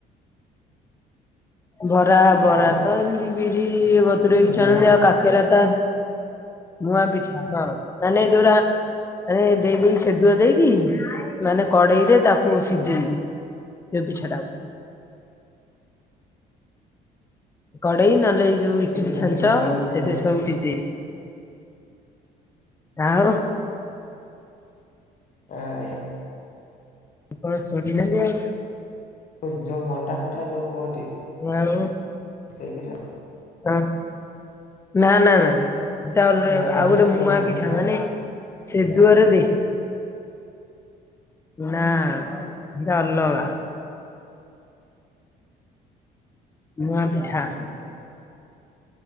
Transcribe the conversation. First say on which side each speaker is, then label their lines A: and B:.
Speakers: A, on the left; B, on the left.
A: ବରା ବରା
B: ସେଟା
A: ତ ଏମିତି ବିରି ବତୁରକି
B: କଣ
A: ଛାଣନ୍ତି
B: ଲୁଣ
A: ଆଉ କାକେରା ଟା ମୁଆପିଠା ହଁ ମାନେ ଯୋରା ମାନେ ଦେଇ ଦେଇକି ସେଦୁଅ ଦେଇକି ମାନେ କଡେଇରେ ତାକୁ ସିଝେଇକି ଯେ ପିଠାଟାକୁ କଡେଇ ନହେଲେ ଯୋଉ ଇଟିଲି
B: ସେ ପିଠା
A: ଛାଞ୍ଚ
B: କେବେ ନାଁ ବି ଶୁଣିନି
A: ସେଥିରେ ସବୁ ସିଜେଇବି ଆଉ
B: ଆଁ
A: ଆପଣ ଶୁଣିଲେନି ଆଉ
B: ଏ ଯୋଉ ମଣ୍ଡା ପିଠା ଯୋଉ କୁହନ୍ତି
A: ନା ଆଉ
B: ସେଇ ପିଠା?
A: ହ ନା ନା ନା। ହେଟା ଅଲ
B: ମଣ୍ଡା
A: ଆଉ
B: ପିଠା
A: ଗୋଟେ ମୁଆପିଠା
B: କୁହନ୍ତି ସେଇଟା
A: ମାନେ ସେଦୁଅରେ ଦେଇ ନାଁ ହେଟା ଅଲଗା। ମୁଆଁ ପିଠା
B: ଆଜ୍ଞା ଆଜ୍ଞା।